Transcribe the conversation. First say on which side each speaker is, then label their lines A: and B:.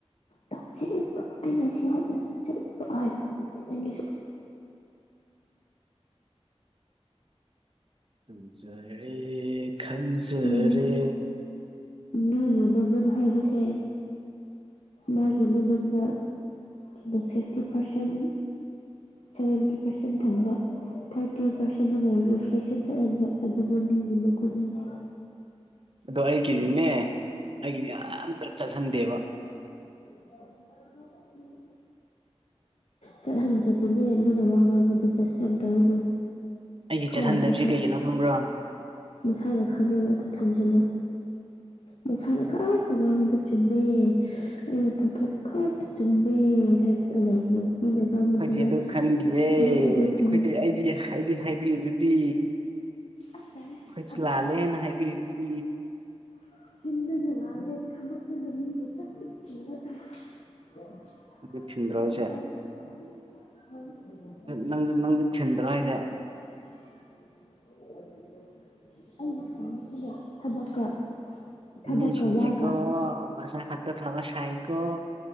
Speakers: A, on the left; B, on the right.
A: ꯇꯧꯕꯁꯦ ꯎꯕ꯭ꯔꯣ ꯑꯩꯅ ꯁꯤ ꯍꯣꯠꯅꯖꯕꯁꯦ ꯎꯕ꯭ꯔꯣ ꯍꯥꯏꯕꯒꯨꯝꯕꯅꯦ ꯅꯪꯒꯤꯁꯨ
B: ꯈꯪꯖꯔꯦ ꯈꯪꯖꯔꯦ
A: ꯎꯝ ꯃꯤꯒꯤ ꯃꯒꯨꯟ ꯍꯥꯏꯕꯁꯦ ꯃꯥꯒꯤ ꯃꯅꯤꯡꯗ ꯐꯤꯐꯇꯤ ꯄꯥꯔꯁꯦꯟ ꯁꯚꯦꯟꯇꯤ ꯄꯥꯔꯁꯦꯟ ꯊꯝꯕ ꯊꯥꯔꯇꯤ ꯄꯥꯔꯁꯦꯟꯗꯨ ꯂꯩꯔ ꯔꯤꯐ꯭ꯂꯦꯛꯁꯟ ꯆꯠꯍꯟꯕ ꯑꯗꯨꯒ ꯃꯤꯒꯤ ꯃꯒꯨꯟ ꯍꯥꯏꯁꯦ
B: ꯑꯗꯣ ꯑꯩꯒꯤꯗꯤꯅꯦ ꯑꯩꯒꯤꯗꯤ ꯑꯥꯝꯇ ꯆꯠꯍꯟꯗꯦꯕ
A: <inaudible> ꯆꯠꯍꯟꯗ꯭ꯔꯗꯤꯅꯦ ꯃꯤꯅ ꯋꯥ ꯉꯥꯡꯕꯗ ꯖꯁ ꯌꯥꯝ ꯇꯧꯒꯅꯣ
B: ꯑꯩꯒꯤ
A: ꯀꯣ
B: ꯆꯠꯍꯟꯗꯕꯁꯦ
A: ꯄꯁꯥ
B: ꯀꯩꯒꯤꯅꯣ ꯈꯪꯕ꯭ꯔꯥ
A: ꯅꯁꯥꯅ ꯈꯪꯕꯗꯣ ꯊꯝꯖꯤꯜꯂꯨ ꯅꯁꯥꯅ ꯈꯛꯇ ꯉꯥꯡꯕꯗꯨ ꯆꯨꯝ ꯃꯦ ꯑꯩꯅ ꯇꯧꯊꯣꯛꯄ ꯈꯛꯇ ꯆꯨꯝꯃꯦ ꯍꯥꯏꯕꯗꯣ ꯂꯩꯒꯅꯨ ꯃꯤꯅ ꯉꯥꯡꯕꯗꯨꯅ
B: ꯑꯩꯈꯣꯏꯗꯤ ꯑꯗꯨ ꯈꯟꯗꯤꯌꯦ
A: ꯅꯪ ꯑꯗꯨ
B: ꯑꯩꯈꯣꯏꯗꯤ
A: ꯇꯧꯋꯦ
B: ꯑꯩꯗꯤ ꯍꯥꯏꯗꯤ ꯍꯥꯏꯕꯤꯔꯤ ꯗꯨꯗꯤ
A: ꯑꯁ ꯌꯥꯔꯦ
B: ꯈꯣꯏꯖꯨ
A: ꯑꯗꯨ
B: ꯂꯥꯜꯂꯦꯅ
A: ꯑꯁꯤ ꯑꯁ
B: ꯍꯥꯏꯕꯤꯔꯤ ꯗꯨꯗꯤ
A: <unintelligible> <unintelligible>
B: ꯑꯗꯨ ꯊꯤꯟꯗ꯭ꯔꯣ ꯍꯥꯏꯁꯦ ꯅꯪꯖꯨ ꯅꯪꯖꯨ ꯊꯤꯟꯗ꯭ꯔꯣ ꯍꯥꯏꯖꯦ
A: <unintelligible> ꯊꯕꯛꯀ
B: ꯃꯤꯁꯤꯡꯁꯦ
A: ꯋꯥꯒ
B: ꯀꯣ ꯃꯁꯥ ꯈꯛꯇ ꯐꯕ ꯁꯥꯏꯀꯣ